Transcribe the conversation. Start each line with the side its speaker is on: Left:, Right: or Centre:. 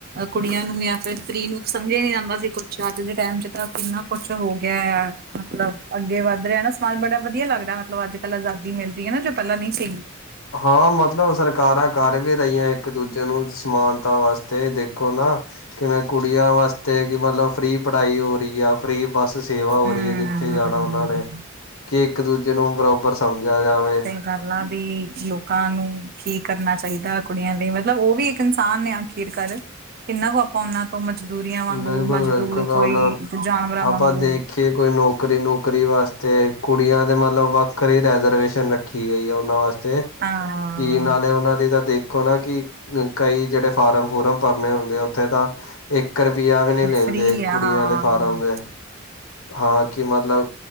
Right: ਕੁੜੀਆਂ ਨੂੰ ਜਾਂ ਫਿਰ ਇਸਤਰੀ ਨੂੰ ਸਮਝਿਆ ਨੀ ਜਾਂਦਾ ਸੀ ਕੁਛ, ਅੱਜ ਦੇ ਟੈਮ ਚ ਤਾਂ ਕਿੰਨਾ ਕੁਛ ਹੋ ਗੇਆ ਆ। ਮਤਲਬ, ਅੱਗੇ ਵੱਦ ਰਿਆ ਨਾ ਸਮਾਜ ਬੜਾ। ਵਦੀਆ ਲੱਗਦਾ ਮਤਲਬ ਅੱਜ-ਕੱਲ ਆਜ਼ਾਦੀ ਮਿਲ ਰਈ ਐ ਨਾ, ਜੋ ਪੈਲਾਂ ਨਈ ਸੀਗੀ।
Left: ਹਾਂ ਮਤਲਬ ਸਰਕਾਰਾਂ ਕਰ ਵੀ ਰਈਆਂ ਇੱਕ-ਦੂਜੇ ਨੂੰ ਸਮਾਨਤਾ ਵਾਸ ਤੇ ਦੇਖੋ ਨਾ ਕਿਵੇਂ ਕੁੜੀਆਂ ਵਾਸਤੇ ਕੀ ਮਤਲਬ ਫਰੀ ਪੜ੍ਹਾਈ ਹੋ ਰਈ ਆ ਫਰੀ ਬੱਸ ਸੇਵਾ ਹੋ
Right: ਹਮ
Left: ਰਈ ਐ ਜਿੱ ਕਿਥੇ ਜਾਨਾ ਓਨਾਂ ਨੇ, ਕੇ ਇੱਕ-ਦੂਜੇ ਨੂੰ ਬਰੋਬਰ ਸਮਝਿਆ ਜਾਵੇ।
Right: ਕਰਨਾ ਵੀ, ਲੋਕਾਂ ਨੂੰ ਕੀ ਕਰਨਾ ਚਾਈਦਾ ਆ ਕੁੜੀਆਂ ਲਈ ਮਤਲਬ ਓ ਵੀ ਇੱਕ ਇਨਸਾਨ ਨੇ ਆਖ ਚੀਟ ਕਰ ਰਏ, ਕਿੰਨਾ ਕੁ ਆ ਆਪਾਂ ਓਨਾਂ ਤੋਂ ਮਜ਼ਦੂਰੀਆਂ ਵਾਂਗੂੰ
Left: ਬਿਲਕੁਲ-ਬਿਲਕੁਲ
Right: ਮਜ਼ਦੂਰ
Left: ਆਉਣਾ
Right: ਕੋਈ ਜਾਨਵਰਾਂ ਵਾਂਗੂੰ
Left: ਆਪਾਂ ਦੇਖੀਏ ਕੋਈ ਨੌਕਰੀ ਨੂਕਰੀ ਵਾਸਤੇ ਕੁੜੀਆਂ ਦੇ ਮਤਲਬ ਵ ਕਰੀ ਰੈਜਰਵੇਸ਼ਨ ਰੱਖੀ ਗਈ ਆ ਓਨਾਂ ਵਾਸਤੇ,
Right: ਹਾਂ
Left: ਕੀ ਨਾਲੇ ਓਨਾਂ ਦੀ ਤਾਂ ਦੇਖੋ ਨਾ ਕੀ ਕਈ ਜੇੜੇ ਫਾਰਮ ਫੂਰਮ ਭਰਨੇ ਹੁੰਦੇ ਆ ਓਥੇ ਤਾਂ ਇੱਕ ਇੱਕ ਰੁਪੀਆਂ ਵੀ ਨੀ ਲੈਂਦੇ,
Right: ਫ੍ਰਰੀ ਆ
Left: ਕੁੜੀਆਂ
Right: ਹਾਂ
Left: ਦੇ ਫਾਰਮ ਦੇ। ਹਾਂ ਕੀ ਮਤਲਬ